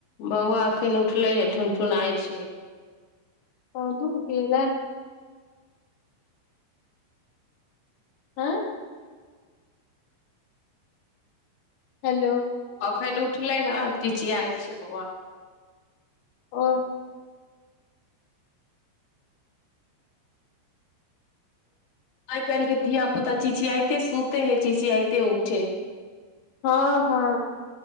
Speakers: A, on the left (about 80°); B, on the left (about 55°).
A: बौआ एखन उठलैये ठुन ठुनाइ छै
B: ओ दुध पीयैले आँय हेलो
A: अखन उठलै हं चिचियाइ छै बौआ
B: ओ
A: आइ काल्हि के धिया पुता चिचियाइते सुते है चिचियाइते उठेै
B: हँ हँ